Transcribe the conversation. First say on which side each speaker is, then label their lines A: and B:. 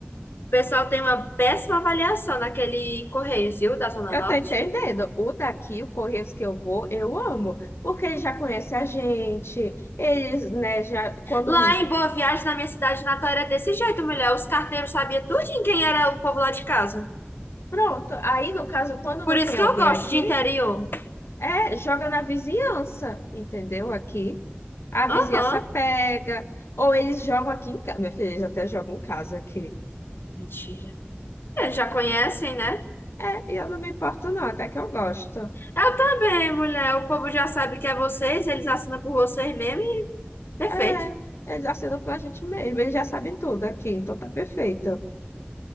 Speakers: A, on the left; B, on the left.
A: O pessoal tem uma péssima avaliação naquele Correios, viu, da Zona
B: Eu
A: Norte.
B: tô entendendo. O daqui, o Correios que eu vou, eu amo, porque ele já conhece a gente, eles, né, já quando
A: Lá
B: não...
A: em Boa Viagem, na minha cidade natal, era desse jeito, mulher. Os carteiros sabiam tudo em quem era o povo lá de casa.
B: Pronto, aí no caso, quando
A: Por
B: não
A: isso
B: tem
A: que
B: alguém
A: eu gosto
B: aqui,
A: de interior.
B: é, joga na vizinhança, entendeu? Aqui. A vizinhança
A: Aham,
B: pega, ou eles jogam aqui em casa. Minha filha, eles até jogam em casa aqui.
A: mentira. Eles já conhecem, né?
B: É, e eu não me importo não, até que eu gosto.
A: Eu também, mulher. O povo já sabe que é vocês, eles assinam por vocês mesmo e perfeito.
B: É, eles assinam pra gente mesmo, eles já sabem tudo aqui, então tá perfeito.